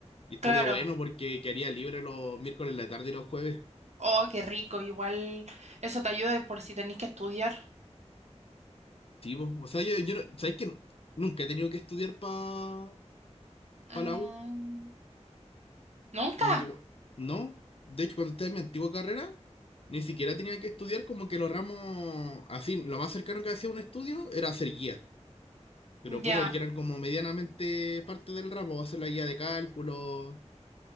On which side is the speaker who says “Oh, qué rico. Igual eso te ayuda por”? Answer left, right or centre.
Right